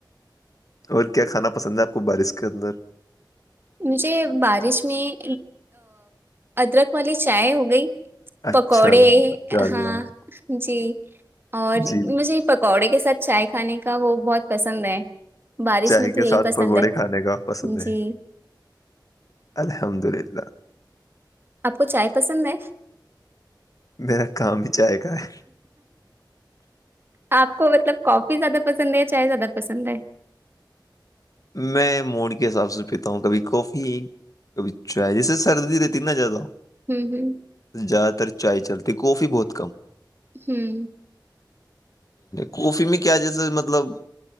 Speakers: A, on the left (about 45°); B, on the right (about 30°).
A: اور کیا کھانا پسند ہے آپ کو بارش کے اندر
B: مجھے بارش میں ادرک والی چائے ہو گئی
A: اچھا
B: پکوڑے
A: جی ماشاء اللہ
B: ہاں جی اور
A: جی
B: مجھے پکوڑے <inaudible> کے ساتھ چائے کھانے کا وہ بہت پسند ہے بارش
A: چائے
B: میں
A: کے
B: تو یہی
A: ساتھ
B: پسند
A: پکوڑے
B: ہے
A: کھانے کا پسند ہے
B: جی
A: الحمد للہ
B: آپ کو چائے پسند ہے
A: میرا کام ہی چائے کا ہے
B: آپ کو مطلب کافی زیادہ پسند ہےیا چائے زیادہ پسند ہے
A: میں موڑ کے حساب سے پیتا ہوں کبھی کافی کبھی چائے جیسے سردی رہتی نا زیادہ
B: ہوں ہوں
A: زیادہ تر چائے چلتی کافی بہت کم
B: ہوں
A: کوفی میں کیا جیسے مطلب